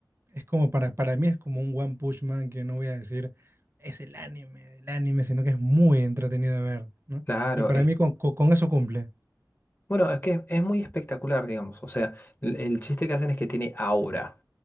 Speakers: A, on the right; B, on the left.
A: es como para, para mí es como un One Punch Man que no voy a decir es el anime, el anime, sino que es muy entretenido de ver, ¿no?
B: Claro,
A: Y para
B: es,
A: mí con, con, con eso cumple.
B: bueno, es que es muy espectacular, digamos. O sea, el, el chiste que hacen es que tiene aura.